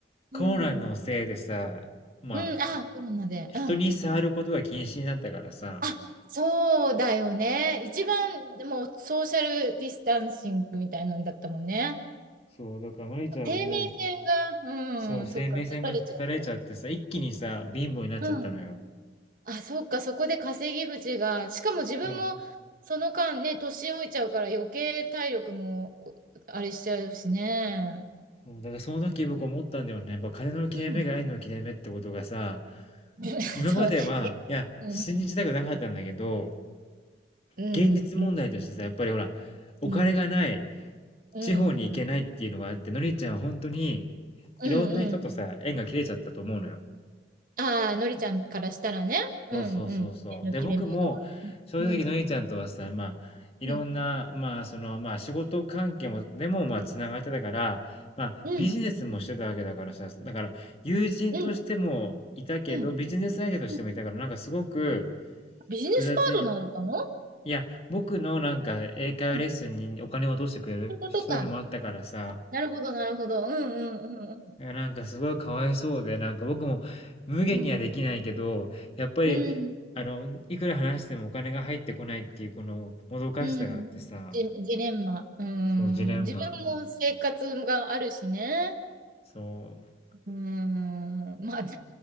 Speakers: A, on the right; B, on the left.
A: うん。
B: コロナのせいでさ、まあ、
A: うん、ああ、コロナで。
B: 人に触ることが禁止になったからさ、
A: うん。あ、そうだよね。一番、でもソーシャルディスタンシングみたいなのだったもんね。
B: そう、だからのりちゃんもう、
A: 生命線が、
B: そう、
A: うん、
B: 生命線が断たれちゃってさ、
A: そっか、立たれちゃっ
B: 一気にさ、貧乏になっちゃったのよ。
A: た。うん。あ、そっか、そこで稼ぎ口が、しかも自分もその間ね、
B: そう、
A: 年老いちゃうから余計体力もあれしちゃうしね。
B: そう、だからその時僕思ったんだよね。やっぱ金の切れ目が縁の切れ目ってことがさ、
A: うん。<laughs>
B: 今までは、
A: そう。
B: いや、
A: うん。
B: 信じたくなかったんだけど、
A: うん。
B: 現実問題としてさ、
A: うん。
B: やっぱりほら、お金がない、
A: うん。うん。
B: 地方に行けないっていうのがあって、のりちゃんはほんとに、
A: うん。
B: いろんな人とさ、縁が切れちゃったと思うのよ。
A: ああのりちゃんからしたらね。うん。
B: そうそうそうそう。
A: うん。目の切れ目が。
B: で、僕も、正直のりちゃんとはさ、
A: うん。
B: まあ、いろんな、
A: うん
B: まあ、その、まあ、仕事関係もでも、まあ、繋がってたから、まあ、
A: うん、
B: ビジネスもしてたわけだからさ、だから友人としてもいたけど、
A: うん、うん。
B: ビジネス相手としてもいたから、
A: うん
B: なんかすごく
A: ビジネスパートナーだったの
B: 複雑いや、僕のなんか英会話レッスンにお金を落としてくれる人でもあったからさ、
A: うん。そういうことか。なるほど、なるほど。うん、うん、うん、
B: いやなんかすごいかわいそうで、なんか僕も無限にはできないけど、
A: うん。
B: やっぱり、
A: うん、
B: あの、いくら話してもお金が入ってこないっていうこのもどかしさがあってさ、
A: うん。ジ、ジレンマ。うん。
B: そう、ジレンマ。
A: 自分も生活があるしね。
B: そう。
A: うん。まあ、<laughs> だ